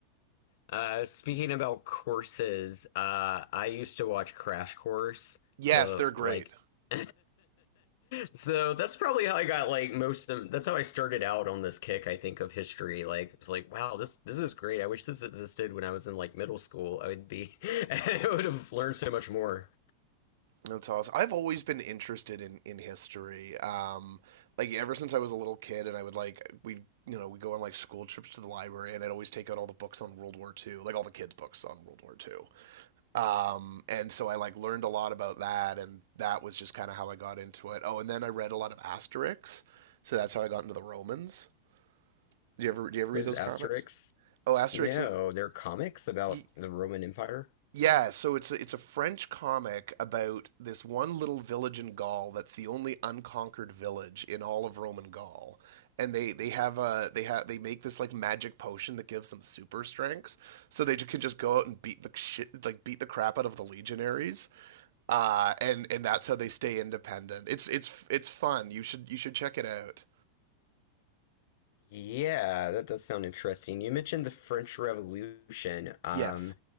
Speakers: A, on the left; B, on the right.
A: Uh, speaking about courses, uh, I used to watch Crash Course,
B: yes
A: the
B: they're great
A: like <laughs> so that's probably how I got like most of that's how I started out on this kick, I think, of history. Like it's like, wow, this this is great. I wish this existed when I was in like middle school. I would be <laughs> I would have learned so much more.
B: That's awesome. I've always been interested in in history. Um, like ever since I was a little kid, and I would like we you know we go on like school trips to the library, and I'd always take out all the books on World War II, like all the kids' books on World War II. Um, and so I like learned a lot about that, and that was just kind of how I got into it. Oh, and then I read a lot of Asterix, so that's how I got into the Romans. Do you ever do you ever read
A: What is
B: those
A: Asterix?
B: comics? Oh, Asterix
A: No,
B: is
A: they're comics about
B: y-
A: the Roman Empire.
B: Yeah, so it's a, it's a French comic about this one little village in Gaul that's the only unconquered village in all of Roman Gaul. And they they have a they have they make this like magic potion that gives them super strength. So they ju- can just go out and beat the shit like beat the crap out of the legionaries. Uh and and that's how they stay independent. It's it's it's fun. You should you should check it out.
A: Yeah, that does sound interesting. You mentioned the French Revolution. Um,
B: Yes.